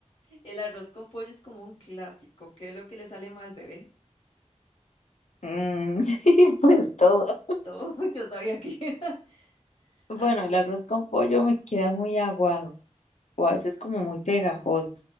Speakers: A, on the left; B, on the left.
A: El arroz con pollo es como un clásico. ¿Qué es lo que le sale mal, bebé?
B: Mm, <laughs> pues todo.
A: Todo <laughs> yo sabía que. <laughs>
B: Bueno,
A: Ajá.
B: el arroz con pollo me queda muy aguado o a veces como muy pegajoso.